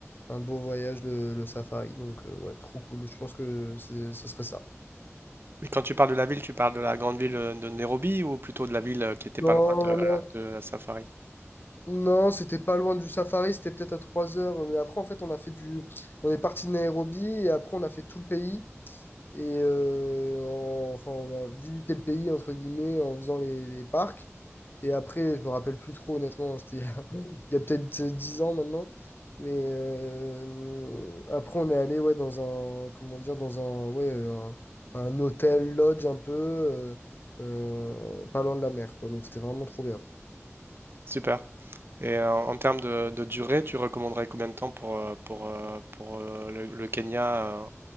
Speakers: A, on the left; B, on the right.
A: un, un beau voyage, le, le safari. Donc, euh, ouais, trop cool. Je pense que c'est- ce serait ça.
B: Et quand tu parles de la ville, tu parles de la grande ville euh, de Nairobi ou plutôt de la ville euh, qui était pas
A: Non,
B: loin
A: non,
B: de,
A: non.
B: de la safari?
A: Non, c'était pas loin du safari, c'était peut-être à 3 heures. Mais après, en fait, on a fait du. On est parti de Nairobi et après, on a fait tout le pays. Et euh, en- enfin, on a visité le pays, entre guillemets, en faisant les, les parcs. Et après, je me rappelle plus trop, honnêtement. hein, C'était il y a, <laughs> il y a peut-être 10 ans maintenant. Mais euh, après, on est allé ouais, dans un, comment dire, dans un, ouais, un, un hôtel, lodge un peu, euh, euh, pas loin de la mer, quoi. Donc, c'était vraiment trop bien.
B: Super. Et euh, en termes de, de durée, tu recommanderais combien de temps pour, euh, pour, euh, pour euh, le, le Kenya, euh,